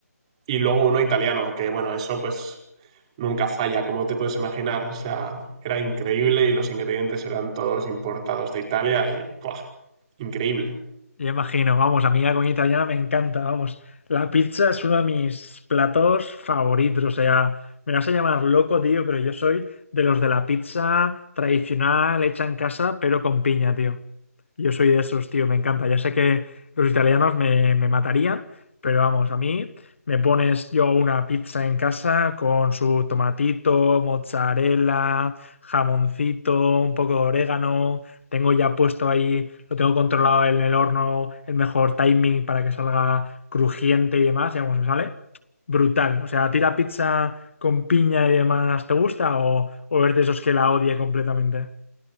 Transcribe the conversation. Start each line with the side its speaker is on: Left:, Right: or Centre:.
Right: y luego uno italiano, que bueno, eso pues nunca falla, como te puedes imaginar. O sea, era increíble y los ingredientes eran todos importados de Italia y ¡buah! increíble.
Left: Yo imagino, vamos, a mí la comida italiana me encanta, vamos. La pizza es uno de mis platos favoritos, o sea, me vas a llamar loco, tío, pero yo soy de los de la pizza tradicional hecha en casa, pero con piña, tío. Yo soy de esos, tío, me encanta. Ya sé que los italianos me, me matarían, pero vamos, a mí me pones yo una pizza en casa con su tomatito, mozzarella, jamoncito, un poco de orégano. Tengo ya puesto ahí, lo tengo controlado en el horno, el mejor timing para que salga crujiente y demás. Y vamos, me sale brutal. O sea, ¿a ti la pizza con piña y demás te gusta o, o eres de esos que la odia completamente?